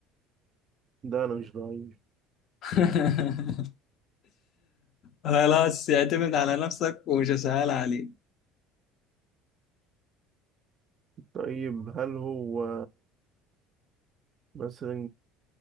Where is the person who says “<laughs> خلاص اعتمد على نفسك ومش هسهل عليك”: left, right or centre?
Left